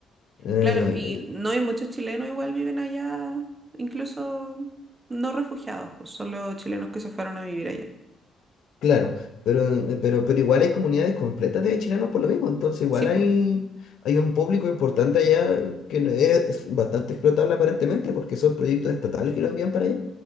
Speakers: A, on the left (about 70°); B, on the right (about 20°).
A: Eh,
B: Claro, y no hay muchos chilenos igual viven allá, incluso no refugiados, pues solo chilenos que se fueron a vivir allá.
A: Claro, pero, eh, pero, pero igual hay comunidades completas de chilenos por lo mismo, entonces igual
B: Sí, pues.
A: hay, hay un público importante allá que no- es es bastante explotable aparentemente porque son proyectos estatales que lo envían para allá.